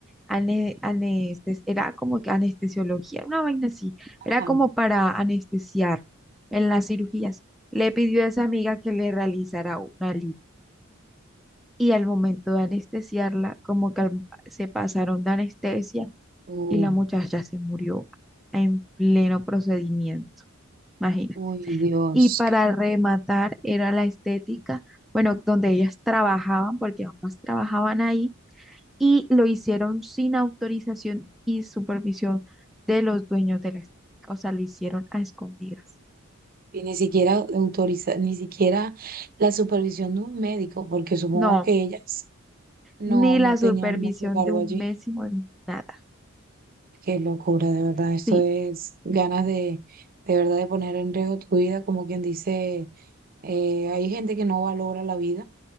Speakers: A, in the centre; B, on the right (about 45°).
A: ane- anestes, era como que anestesiología, una vaina así,
B: Ajá.
A: era como para anestesiar en las cirugías. Le pidió a esa amiga que le realizara una lipo. y al momento de anestesiarla, como que al- se pasaron de anestesia
B: Uh,
A: y la muchacha se murió en pleno procedimiento, imagina.
B: uy, Dios.
A: Y para rematar era la estética, bueno, donde ellas trabajaban, porque ambas trabajaban ahí, y lo hicieron sin autorización y supervisión de los dueños de la estética, o sea, lo hicieron a escondidas.
B: Y ni siquiera autoriza, ni siquiera la supervisión de un médico, porque supongo
A: No,
B: que ellas no,
A: ni
B: no
A: la supervisión
B: tenían mucho cargo
A: de un
B: allí.
A: mésimo, ni nada.
B: Qué locura, de verdad. Esto
A: Sí,
B: es ganas de, de verdad, de poner en riesgo tu vida. Como quien dice, eh, hay gente que no valora la vida.